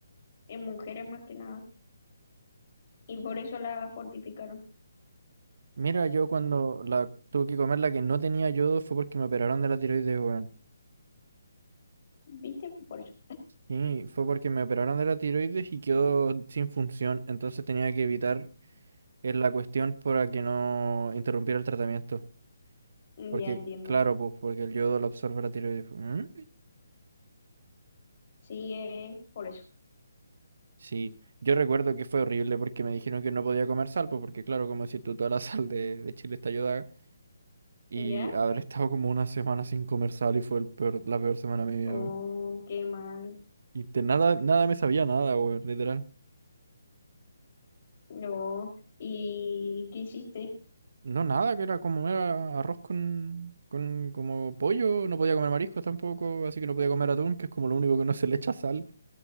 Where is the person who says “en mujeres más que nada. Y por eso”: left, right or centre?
Left